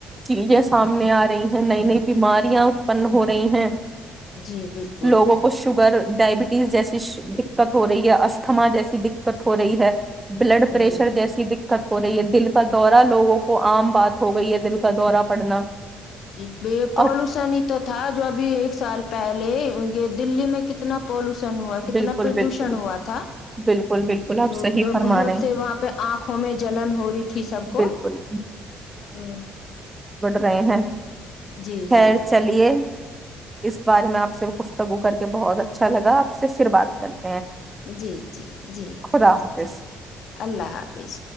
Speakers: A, on the right (about 20°); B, on the left (about 65°).
A: چیزیں سامنے آ رہی ہیں نئی نئی بیماریاں اتپن ہو رہی ہیں
B: جی بالکل
A: لوگوں کو شوگر ڈائبٹیز جیسی دقت ہو رہی ہے استھما جیسی د کٹ ہو رہی ہے بلڈ پریشر
B: جی
A: جیسی دقت ہو رہی ہے دل کا دورہ لوگوں کو عام بات ہو گئی ہے دل کا دورہ پڑنا
B: جی ب پالوشن
A: اور
B: ہی تو تھا جو ابھی ایک سال پہلے یہ دللی میں کتنا پالوش ہوا کتنا
A: بالکل
B: پردوشن
A: بالکل
B: ہوا تھا
A: بالکل بالکل
B: تو
A: آپ صحیح فرما
B: بہت
A: رہے ہیں
B: سے وہاں پہ آنکھوں میں جلن ہو رہی تھی سب کو
A: بالکل
B: تو
A: گئے ہیں
B: جی
A: خیر
B: جی
A: چلیے اس بارے میں آپ سے گفتگو کر کے بہت اچھا لگا آپ سے شروات کر
B: جی جی جی
A: خدا حافظ
B: جی اللہ حافظ